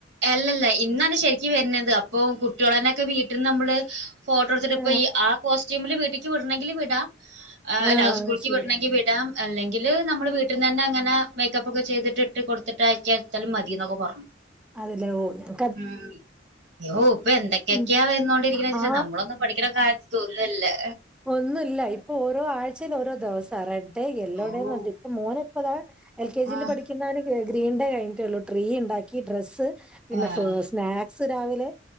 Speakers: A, on the right; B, in the centre.
A: അല്ലല്ല ഇന്നാണ് ശരിക്കും വരുന്നത് അപ്പൊ കുട്ടികളോന്നെയൊക്കെ വീട്ടിൽ നമ്മള് ഫോട്ടോ എടുത്തിട്ട്
B: ആ
A: ഇപ്പ ഈ ആ കോസ്റ്റ്യൂമില് വീട്ടിക്ക് വിടണമെങ്കിൽ വിട ആഹ്
B: ആ
A: ല്ല സ്കൂളിക്ക്
B: ശരി
A: വിടണെങ്കി വി ടാം അല്ലെങ്കിൽ നമ്മൾ വീട്ടിൽന്ന് തന്നെ ഇങ്ങനെ മേക്കപ്പ് ഒക്കെ ചെയ്തിട്ട് ഇട്ട് കൊടുത്തിട്ട് അയക്കാ എടുത്താലും മതി ന്നൊക്കെ പറഞ്ഞു.
B: അതല്ലേ ഓ ഞാൻ
A: ഉം യ്യോ ഇപ്പൊ എന്തൊക്കെയൊക്കെയാ
B: ഉം
A: വന്നോണ്ടിരിക്കണെ വച്ചിട്ടാ
B: ആ
A: നമ്മളൊന്നും പഠിക്കണ കാര് ത്തൊന്നൂല്ലാ
B: ഒന്നൂല്ല ഇപ്പൊ ഓരോ ആഴ്ച്ചേൽ ഓരോ ദിവസാ റഡ് എല്ലോടെ
A: ഓഹ്.
B: നറഞ്ഞിട്ട് ഇപ്പ മോന് ഇപ്പതാ എൽ കെ ജിൽ
A: ആഹ്.
B: പഠിക്കുന്നവന് ഗ്രീൻ ഡേ കഴിഞ്ഞിട്ടേഉള്ളൂ ട്രീ ഉണ്ടാക്കി ഡ്രസ്സ് പിന്നെ
A: ആഹ്.
B: സ് സ്നാക്സ് രാവിലെ